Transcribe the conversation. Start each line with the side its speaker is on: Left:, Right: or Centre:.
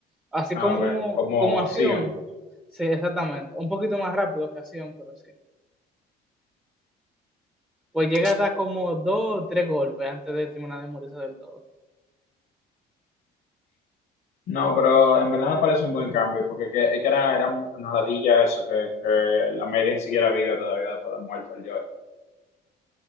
Centre: Así
Left: Ah,
Centre: como,
Left: ok. Como
Centre: como acción,
Left: Sion.
Centre: sí, exactamente. Un poquito más rápido que acción, pero sí. pues llega a dar como dos o tres golpes antes de terminar de morirse del todo.
Left: No, pero en verdad me parece un buen cambio, porque que, es que era, era una ladilla eso, que, que la Maiden siguiera viva todavía después de muerto el Yorick.